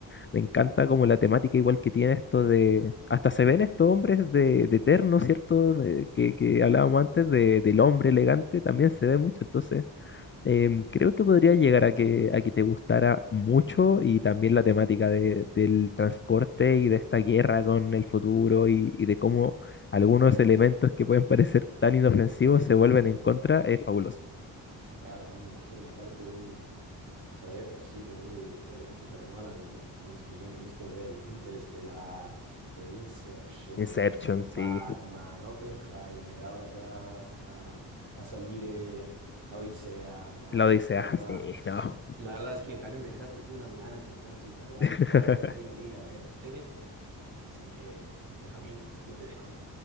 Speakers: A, on the left; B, on the right.
A: Me encanta como la temática igual que tiene esto de, hasta se ven estos hombres de, de terno, ¿cierto? De- que, que hablábamos antes de- del hombre elegante, también se ve mucho, entonces em, creo que podría llegar a que, a que te gustara mucho y también la temática de- del transporte y de esta guerra con el futuro y, y de cómo algunos elementos que pueden parecer tan inofensivos se vuelven en contra, es fabuloso.
B: Claro, no, me imagino. Y aparte un, o sea, de por sí tener de director a Christopher Nolan, es una- cosas que yo me he visto de él, Interestelar, eh, Inception,
A: Inception,
B: Batman,
A: sí.
B: Oppenheimer, ahora que va a, a salir eh, La Odisea, no,
A: La Odisea,
B: la verdad,
A: sí, no.
B: la verdad es que Jaime me dejaste con unas ganas, entonces la verdad,
A: <laughs>
B: ahora me quiero ir a ver Tenet, así que Benjamín, yo te dejo.